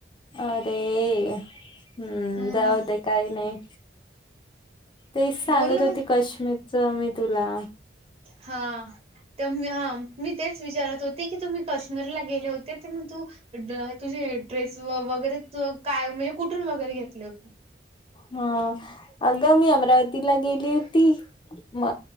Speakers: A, on the left; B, on the right.
A: अरे हम्म
B: हम्म
A: जाऊ
B: हम्म.
A: दे काही नाही. तेच सांगत
B: बोल ना
A: होती
B: मग
A: काश्मीरच मी तुला
B: हा तर हा मी तेच विचारत होते की तुम्ही कश्मीरला गेले होते? ग तुझे ड्रेस वगैरे काय म्हणजे कुठून वगैरे घेतले
A: हा अग मी अमरावतीला गेली होती म